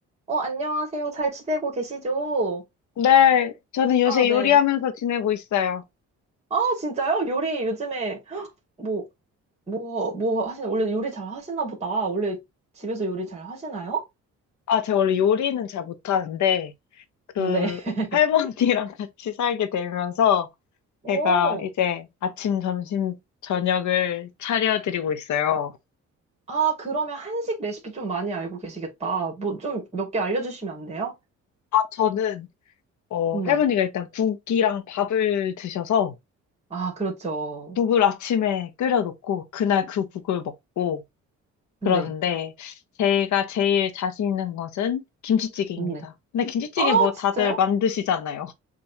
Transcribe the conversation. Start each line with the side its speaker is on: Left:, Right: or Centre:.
Right: 어, 안녕하세요. 잘 지내고 계시죠?
Left: 네, 저는 요새
Right: 아, 네.
Left: 요리하면서 지내고 있어요.
Right: 아, 진짜요? 요리 요즘에 뭐, 뭐, 뭐 하시나? 원래 요리 잘 하시나 보다. 원래 집에서 요리 잘 하시나요?
Left: 아, 제가 원래 요리는 잘 못하는데, 그,
Right: 네. <laughs>
Left: 할머니랑 <laughs> 같이 살게 되면서,
Right: 오.
Left: 제가 이제 아침, 점심, 저녁을 차려드리고 있어요.
Right: 아, 그러면 한식 레시피 좀 많이 알고 계시겠다. 뭐 좀 몇 개 알려주시면 안 돼요?
Left: 아, 저는, 어,
Right: 네.
Left: 할머니가 일단 국이랑 밥을 드셔서,
Right: 아, 그렇죠.
Left: 국을 아침에 끓여놓고, 그날 그 국을 먹고,
Right: 네.
Left: 그러는데, 제가 제일 자신 있는 것은 김치찌개입니다.
Right: 네.
Left: 근데 김치찌개
Right: 아,
Left: 뭐
Right: 진짜요?
Left: 다들 만드시잖아요.